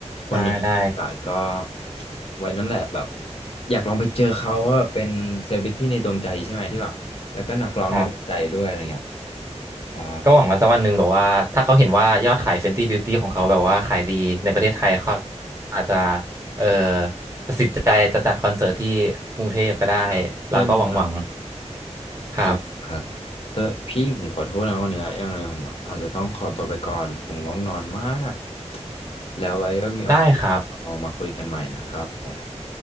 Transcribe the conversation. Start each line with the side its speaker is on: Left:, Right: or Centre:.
Right: ได้ได้
Left: วันหนึ่งมีโอกาสก็ไว้นั่นแหละแบบอยากลองไปเจอเขาเพราะแบบเป็นเซเลบริตี้ในดวงใจใช่ไหมที่แบบแล้วก็นักร้องในดวงใจด้วยอะไรเงี้ย
Right: ครับ
Left: ใช่
Right: ก็หวังว่าสักวันหนึ่งแบบว่าถ้าเขาเห็นว่ายอดขาย Fenty Beauty ของเขาแบบว่าขายดีในประเทศไทยเขาอาจจะเอ่อตัดสินใจจะจัดคอนเสิร์ตที่กรุงเทพก็ได้
Left: ใช่ไหมครับ
Right: แล้วก็หวังหวังครับ
Left: จริงครับแต่พี่ผมขอโทษนะวันเนี้ยยังไงผมอาจจะต้องขอตัวไปก่อนผมง่วงนอนมากแล้วไว้ว่ามีโอกาสเรามาคุยกันใหม่นะครับผม
Right: ได้ครับ